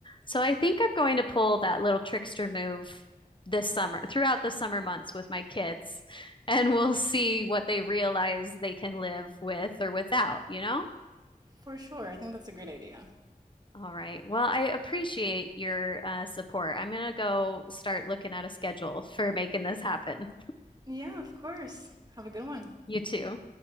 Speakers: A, on the left; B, on the right.
A: So I think I'm going to pull that little trickster move this summer, throughout the summer months with my kids, and we'll see what they realize they can live with or without, you know?
B: For sure. I think that's a great idea.
A: All right. Well, I appreciate your uh, support. I'm gonna go start looking at a schedule for making this happen.
B: Yeah, of course. Have a good one.
A: You too.